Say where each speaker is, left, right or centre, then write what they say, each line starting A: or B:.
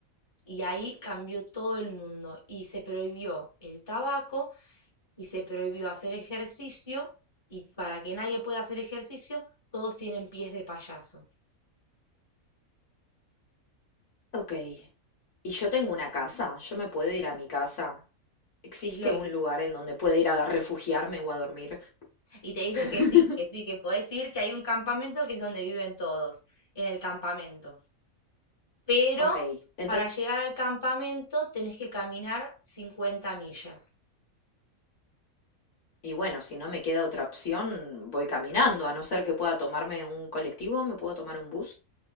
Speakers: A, on the left (about 20°); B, on the left (about 55°).
A: Y ahí cambió todo el mundo y se prohibió el tabaco y se prohibió hacer ejercicio y para que nadie pueda hacer ejercicio, todos tienen pies de payaso.
B: Ok, y yo tengo una casa, yo me puedo ir a mi casa. ¿Existe
A: Y, es lo-
B: un
A: lo-
B: lugar en donde pueda ir a refugiarme o a dormir?
A: y te dicen
B: <laughs>
A: que sí, que sí, que podés ir, que hay un campamento que es donde viven todos, en el campamento. Pero
B: Ok, entonces
A: para llegar al campamento tenés que caminar cincuenta millas.
B: Y bueno, si no me queda otra opción, voy caminando, a no ser que pueda tomarme un colectivo, me puedo tomar un bus.